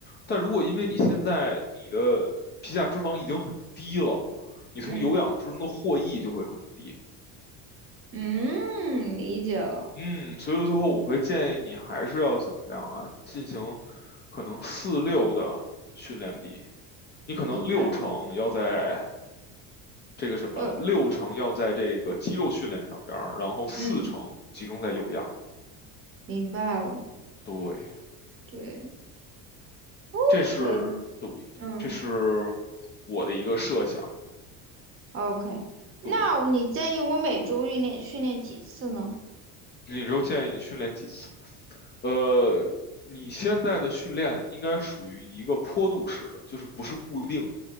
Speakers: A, on the left (about 30°); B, on the right (about 30°).
A: 但如果因为你现在你的皮下脂肪已经很低了，你从有氧之中的获益就会很低。
B: 嗯嗯，理解了，
A: 嗯，所以最后我会建议你还是要怎么样啊？进行可能四六的训练比，你可能六成要在
B: 明白，
A: 这个什么，
B: 又
A: 六成要在这个肌肉训练上边儿，然后四成集中在有氧。
B: 嗯，明白了，
A: 对，
B: 对，OK，
A: 这是对，
B: 嗯
A: 这是我的一个设想。
B: ，OK，那你建议我每周训练训练几次呢？
A: 对，你就建议你训练几次？呃，你现在的训练应该属于一个坡度式的，就是不是固定的。